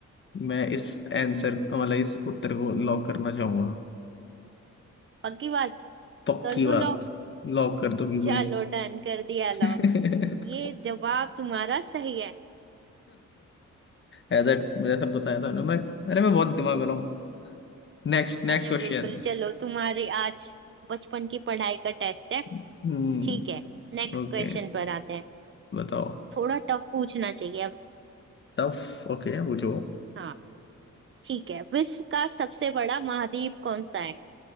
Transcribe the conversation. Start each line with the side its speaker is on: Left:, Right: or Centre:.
Left: मैं इस आंसर मतलब इस उत्तर को लॉक करना चाहूंगा
Right: पक्की बात
Left: पक्की
Right: कर
Left: बात
Right: दूं लॉक
Left: लॉक कर दो बिल्कुल
Right: चलो डन कर दिया
Left: <laughs>
Right: लॉक ये जवाब तुम्हारा सही है
Left: ऐसा जैसा बताया था ना मैं अरे मैं बहुत दिमाग वाला हूँ Next next
Right: अरे
Left: question
Right: बिल्कुल चलो तुम्हारे आज बचपन की पढ़ाई का टेस्ट है
Left: हम्म
Right: ठीक है नेक्स्ट
Left: ओके
Right: क्वेश्चन पर आते हैं
Left: बताओ
Right: थोड़ा टफ पूछना चाहिए अब
Left: टफ ओके पूछो
Right: हाँ ठीक है विश्व का सबसे बड़ा महाद्वीप कौन सा है